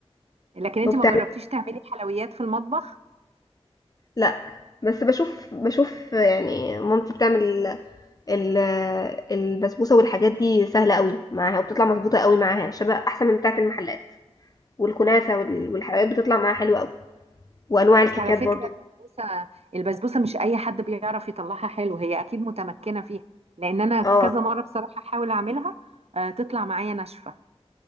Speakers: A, on the right; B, on the left.
A: لكن انت
B: وبتاع
A: ما جربتيش تعملي حلويات في المطبخ
B: لأ، بس باشوف باشوف يعني مامتي بتعمل ال ال- البسبوسة والحاجات دي سهلة أوي معاها وبتطلع مضبوطة أوي معاها شبه أحسن من بتاعة المحلات والكنافة وال والحلويات بتطلع معاها حلوة أوي وأنواع الكيكات
A: بس على فكرة
B: برضه
A: البسبوسة البسبوسة مش أي حد بيعرف يطلعها حلو هي أكيد متمكنة فيها لأن أنا
B: اه
A: كذا مرة بصراحة أحاول أعملها آه، تطلع معايا ناشفة